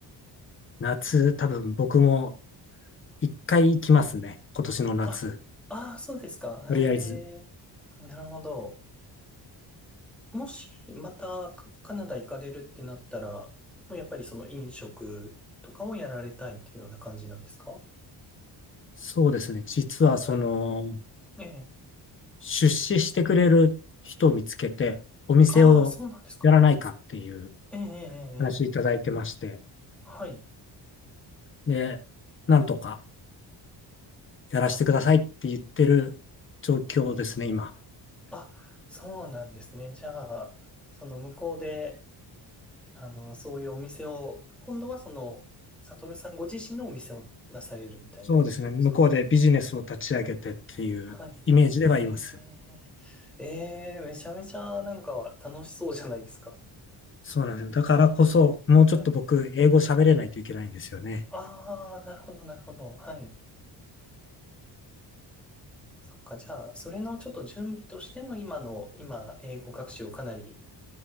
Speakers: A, on the left; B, in the centre.
A: 夏多分僕も一回行きますね。今年の夏。
B: あ、ああ、そうですか。
A: とりあえず。
B: ええ、なるほど。もし、また、カカナダ行かれるってなったら、もうやっぱりその飲食とかをやられたいっていうような感じなんですか
A: そうですね。実はその、
B: はい。ええ。
A: 出資してくれる人を見つけて、お店をやらないかっていう
B: ああ、そうなんですか。ええ、ええ、ええ。
A: 話いただいてまして、
B: はい。
A: で、なんとかやらせてくださいって言ってる状況ですね、今。
B: あ、そうなんですね。じゃあ、その向こうで、あの、そういうお店を、今度はその、サトルさんご自身のお店を出されるみたいなことですか
A: そうですね、向こうでビジネスを立ち上げてっていうイメージではいます。
B: はい。えー、えー、めちゃめちゃなんか楽しそうじゃないですか。
A: そうなんですよ。だからこそ、もうちょっと僕、
B: はい。
A: 英語喋れないといけないんですよね。
B: ああ、なるほど、なるほど。はい。そっか、じゃあ、それのちょっと準備としての今の、今、英語学習をかなり、